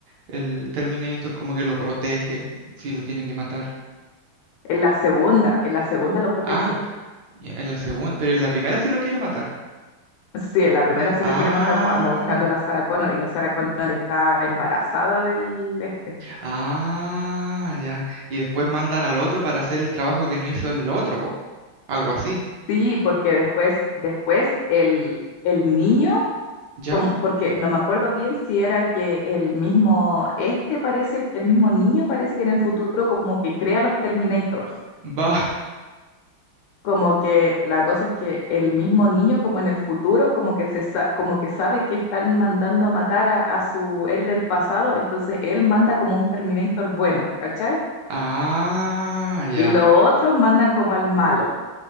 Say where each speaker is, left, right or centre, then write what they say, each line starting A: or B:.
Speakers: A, on the right; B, on the left.
A: el Terminator como que lo protege si lo tiene que matar?
B: En la segunda, en la segunda lo protege.
A: Ah, y en la segunda, pero en la primera sí lo quiere matar.
B: Sí, en la primera sí
A: Ah,
B: lo quiere matar, pues anda buscando a la Sarah Connor y la Sarah Connor está embarazada del este.
A: ah, ya. Y después mandan al otro para hacer el trabajo que no hizo el otro, po. Algo así.
B: Sí, porque después, después el, el niño
A: ¿Ya?
B: como, porque no me acuerdo bien si era que el mismo, este parece, el mismo niño parece que en el futuro como que crea los Terminators.
A: Va. <laughs>
B: Como que la cosa es que el mismo niño como en el futuro como que se sa- como que sabe que están mandando a matar a, a su él del pasado, entonces él manda como un Terminator bueno, ¿cachai?
A: Ah, ya.
B: Y los otros mandan como al malo.